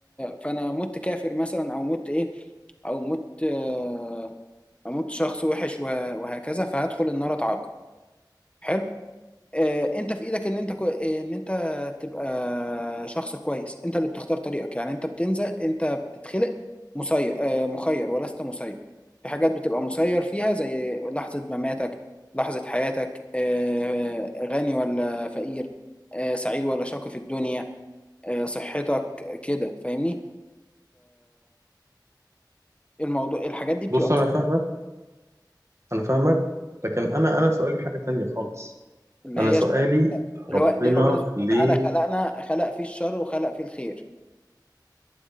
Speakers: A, on the left; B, on the right.
A: فانا مت كافر مثلا او مت ايه او مت آه، اموت شخص وحش وه- وهكذا فهدخل النار اتعاقب حلو آه، انت في ايدك ان انت كو... ان انت تبقى شخص كويس انت اللي بتختار طريقك يعني انت بتنزل انت بتتخلق مسير آه، مخير ولست مسير في حاجات بتبقى مسير فيها زي لحظة مماتك لحظة حياتك آه، غني ولا فقير آه، سعيد ولا شاقي في الدنيا آه، صحتك كده فاهمني فالموضوع الحاجات دي بتبقى
B: بص انا فاهمك انا فاهمك لكن انا انا سؤالي حاجة تانية خالص
A: اللي
B: انا
A: هي
B: سؤالي
A: الش... اللي
B: ربنا
A: هو ليه ربنا سبحانه
B: ليه
A: وتعالى خلقنا خلق فيه الشر وخلق فيه الخير